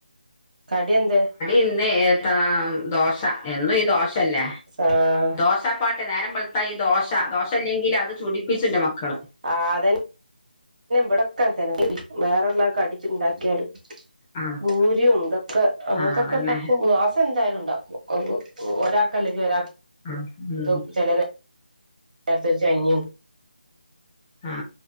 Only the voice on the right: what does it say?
കടി എന്തേ?
ആഹ്
ആ അതെ വിടക്കാൻ തന്നെ വേറെള്ളക്കെ അടിച്ചുണ്ടാക്കിയാലും
പൂരി ഇതൊക്കെ അങ്ങനത്തെക്കെ
ഉണ്ടാക്കും ദോശ എന്തായാലും ഉണ്ടാക്കും ഒരാക്കല്ലെങ്കിൽ ഒരാ
ക്ക് ചെലരെ ത്ത ചൈനി